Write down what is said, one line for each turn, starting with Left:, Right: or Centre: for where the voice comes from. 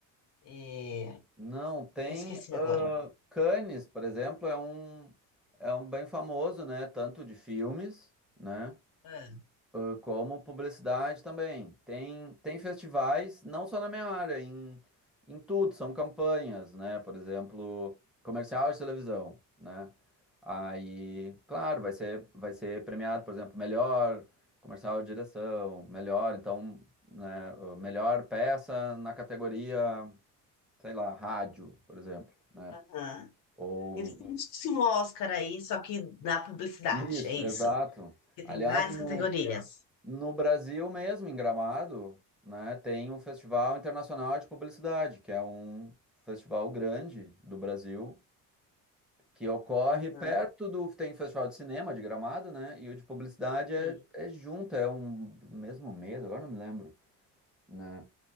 Left: É,
Centre: Não, tem.
Left: eu esqueci
Centre: ah,
Left: agora.
Centre: Cannes, por exemplo, é um, é um bem famoso, né? Tanto de filmes, né?
Left: Ah,
Centre: Ah, Como publicidade também. Tem, tem festivais, não só na minha área, em, em tudo, são campanhas, né? Por exemplo, comercial de televisão, né? Aí, claro, vai ser, vai ser premiado, por exemplo, melhor comercial de direção, melhor, então, né, ah, melhor peça na categoria, sei lá, rádio, por exemplo, né?
Left: Aham.
Centre: Ou
Left: Então, como se fosse um Oscar aí, só que na publicidade,
Centre: isso,
Left: é isso.
Centre: exato.
Left: Porque
Centre: Aliás,
Left: tem várias
Centre: no,
Left: categorias.
Centre: No Brasil mesmo, em Gramado, né, tem o Festival Internacional de Publicidade, que é um festival grande do Brasil, que ocorre perto
Left: Aham,
Centre: do... Tem o Festival de Cinema de Gramado, né? E o de Publicidade é,
Left: sim.
Centre: é junto, é um mesmo mês, agora não me lembro, né?